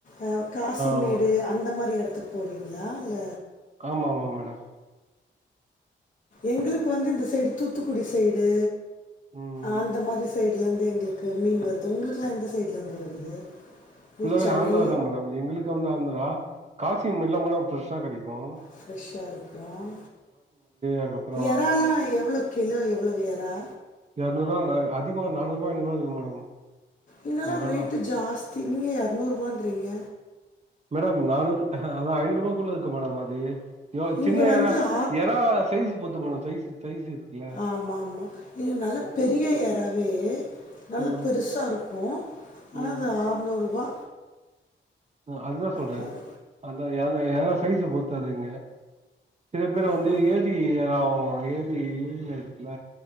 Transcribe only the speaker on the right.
ஆமா
ஆமா ஆமா மேடம்
ம்
ஃபுல்லாவே
ஆந்திரா தான் மேடம் எங்களுக்கு வந்து ஆந்திரா காசிமேடுல்லாம் போனா ஃப்ரெஷ்ஷா கெடைக்கும்
அதுக்கப்புறோ
இரநூறு ரூபா மேம் அதிகமா நானூறு ஐநூறு ரூபா இருக்கும் மேடம்
எறாலா
மேடம் நானூறு அதான் ஐநூறு ரூபாக்குள்ள இருக்கும் மேடம் அது
சின்ன
எறா
எறா சைஸ் பொருத்து மேடம் சைஸ்சு சைஸ்சு இருக்குல
ம்
ம்
உம் அதுதான் சொல்றேன்
அந்த ஏற‌ எறா சைஸ்ச பொருத்ததுங்க சில பேர்
வந்து ஏரி-லாம் ஏரி இதுல இருக்குல